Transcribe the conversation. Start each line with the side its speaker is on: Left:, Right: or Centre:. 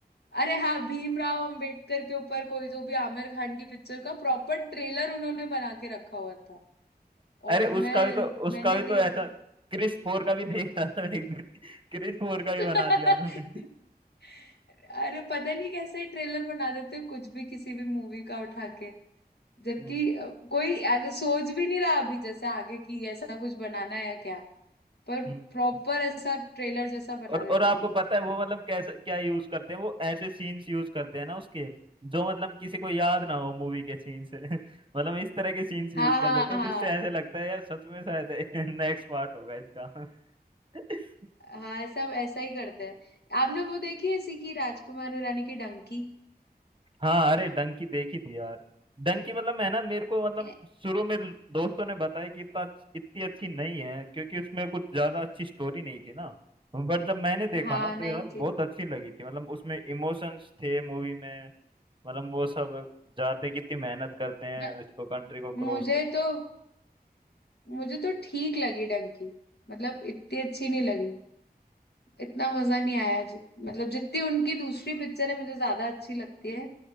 Left: अरे हाँ भीमराव अंबेडकर के ऊपर कोई तो भी आमिर खान की पिक्चर का प्रॉपर ट्रेलर उन्होंने बना के रखा हुआ था
Right: अरे
Left: और
Right: उसका
Left: मैं
Right: भी तो उसका
Left: मैंने
Right: भी तो
Left: देखा
Right: ऐसा क्रिस फोर का भी देखा था मैंने एक दिन क्रिस फोर का
Left: <laughs>
Right: भी बना दिया उन्होंने
Left: अरे पता नहीं कैसे ट्रेलर बना देते हैं कुछ भी किसी भी मूवी का उठा के जबकि
Right: हम्म
Left: अ, कोई आगे सोच भी नहीं रहा अभी जैसे आगे की ऐसा कुछ बनाना है या क्या पर
Right: हम्म।
Left: प्रॉपर ऐसा ट्रेलर जैसा बना
Right: और
Left: देते
Right: और आपको
Left: हैं ये लोग
Right: पता है वो मतलब कैसे क्या यूज करते हैं वो ऐसे सीन्स यूज करते हैं ना उसके जो मतलब किसी को याद ना हो मूवी के सीन से <laughs> मतलब इस तरह के सीन्स यूज
Left: हाँ
Right: कर
Left: हाँ
Right: लेते
Left: हाँ
Right: हैं जिससे ऐसे लगता है यार सच में शायद <laughs> नेक्स्ट पार्ट होगा इसका <laughs>
Left: हाँ ऐसा ऐसा ही करते हैं आपने वो देखी है सीखी राजकुमार हिरानी की डंकी
Right: हाँ अरे डंकी देखी थी यार डंकी मतलब है ना मेरे को मतलब
Left: के
Right: शुरू में दोस्तों ने बताया कि इतना इतनी अच्छी नहीं है क्योंकि उसमें कुछ ज्यादा अच्छी स्टोरी नहीं थी ना बट जब मैंने देखा
Left: हाँ
Right: ना तो
Left: नहीं
Right: यार बहुत
Left: थी
Right: अच्छी लगी थी मतलब उसमें इमोशंस थे मूवी में मतलब वो सब जाते कितनी मेहनत करते हैं
Left: म-
Right: इसको कंट्री को क्रॉस
Left: मुझे
Right: करने
Left: तो मुझे तो ठीक लगी डंकी मतलब इतनी अच्छी नहीं लगी इतना मजा नहीं आया जि, मतलब जितनी उनकी दूसरी पिक्चर है मुझे ज्यादा अच्छी लगती है